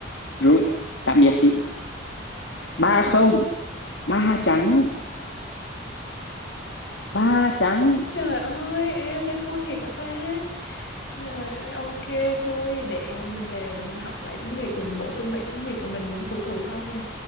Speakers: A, on the left; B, on the left.
A: Rụi. Tạm biệt chị. Ba không, ba trắng. ba trắng
B: Trời ơi, em hôm nay thua thiệt hả ta? Trời ơi, ok thôi để à, mình về để mình học lại tiếng Việt, mình bổ sung lại tiếng Việt và mình phục thù sau nha.